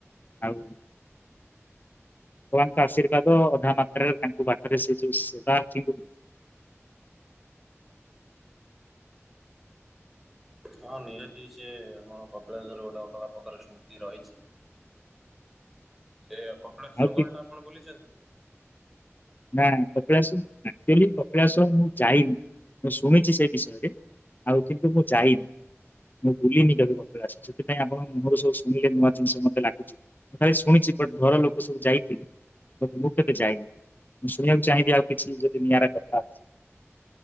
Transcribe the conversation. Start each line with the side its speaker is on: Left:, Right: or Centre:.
Left: ଆଉ ଭଗବାନଙ୍କ ଆଶୀର୍ବାଦ ଅଧା ମାତ୍ରାରେ ତାଙ୍କ ବାଟରେ ସେ ଯୋଉ ସେବାଙ୍କୁ
Centre: ହଁ ନିହାତି ସ ଆମର କପିଳାେଶ୍ୱଵର ଗୋଟେ ଅଲଗା ପ୍ରକାର ସ୍ମୃତି ରହିଛି ସେ କପିଳାସ
Left: ଆଉ
Centre: ଜଙ୍ଗଲ
Left: କି
Centre: ଟା ଆପଣ ବୁଲିଛନ୍ତି?
Left: ନା କକିଳାସ ଆକ୍ଚୁଆଲି କକିଳାସ ମୁଁ ଯାଇନି ମୁଁ ଶୁଣିଛି ସେ ବିଷୟରେ ଆଉ କିନ୍ତୁ ମୁଁ ଯାଇନି ମୁଁ ଭୁଲିନି କେବେତ ଆସ ସେଥିପାଇଁ ଆଣ ମୁଁର ସବୁ ଶୁିଲେ ନୂଆ ଜିନିଷ ମତେ ଲାଗୁଛି ଭାଇ ଶୁଣିଛି ବଟ ଘର ଲୋକ ସବୁ ଯାଇଥିଲେ ବଟ ମୁଁ କେବେ ଯାଇନି। ମୁଁ ଶୁଣିବାକୁ ଚାହିଁବି ଆଉ କିଛି ଯଦି ଦୁ ନିିଆର କଥା